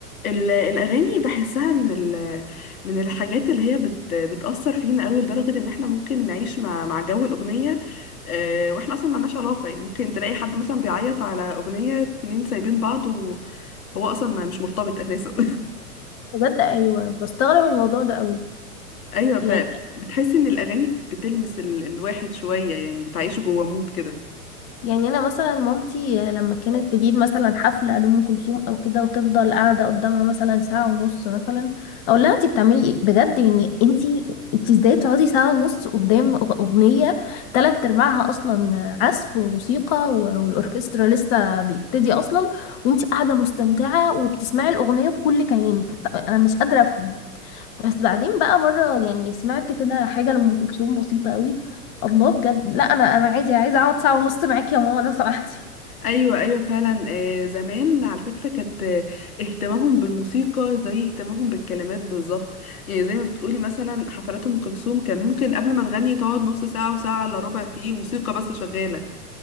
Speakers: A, on the left; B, on the left.
A: ال- الأغاني بحسها من ال من الحاجات اللي هي بت بتأثر فينا أوي لدرجة إن احنا ممكن نعيش مع مع جو الأغنية آه، واحنا أصلا ملناش علاقة يعني ممكن تلاقي حد مثلا بيعيط على أغنية اتنين سايبين بعض وهو أصلا ما مش مرتبط أساسا
B: بجد ايوه بستغرب الموضوع ده قوي
A: <laughs> أيوة
B: يعني
A: فبتحس إن الأغاني بتلمس ال الواحد شوية يعني بتعيشه جوه مود كده
B: يعني انا مثلا مامتي لما كانت تجيب مثلا حفله لام كلثوم او كده وتفضل قاعده قدامها مثلا ساعه ونص مثلا اقول لها انت بتعملي ايه بجد يعني انت انت ازاي تقعدي ساعه ونص قدام أغ- اغنيه تلات ارباعها اصلا عزف وموسيقى و- والاوركسترا لسه بيبتدي اصلا وانت قاعده مستمتعه وبتسمعي الاغنيه بكل كيانك انا مش قادره افهم بس بعدين بقى مرة يعني سمعت كده حاجة لأم كلثوم بسيطة قوي الله بجد لا أنا أنا عايزة عايزة أقعد ساعة ونص معاكي يا ماما لو سمحتي
A: ايوه ايوه فعلا آه، زمان على فكره كانت آه، اهتمامهم بالموسيقى زي اهتمامهم بالكلمات بالظبط يعني زي ما بتقولي مثلا حفلات ام كلثوم كان ممكن قبل ما تغني تقعد نص ساعه وساعه الا ربع فيه موسيقى بس شغاله